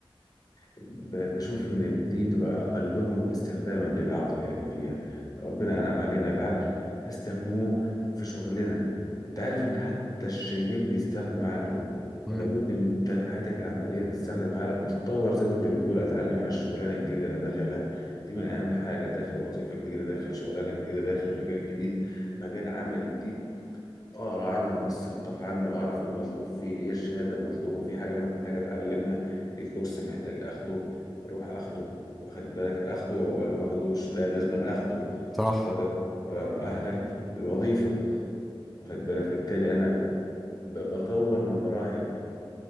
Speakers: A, on the left; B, in the centre.
A: ب- بشوف إن دي بتبقى أقلهم استخداما للعقل يعني فيها ربنا أنعم علينا بعقل استخدموه في شغلنا أنت عارف إن حتى الشيال بيستخدم عقله
B: <laughs>
A: فلا
B: مم،
A: بد من إن أنت في حياتك العملية تستخدم عقلك وتتطور زي ما أنت بتقول أتعلم على الشغلانة الجديدة اللي أنا داخلها دي من أهم حاجة داخل وظيفة جديدة داخل شغلانة جديدة داخل مجال جديد مجال عمل جديد اقرا عنه اثقف عنه اعرف ايه المطلوب فيه ايه الشهاده المطلوبه في حاجه انا محتاج اتعلمها في كورس محتاج اخده اروح اخده واخد بالك اخده ولا ما اخدوش لا لازم أنا اخده
B: صح
A: عشان خاطر ابقى مؤهل للوظيفه واخد بالك بالتالي انا ب- بطور من مراحل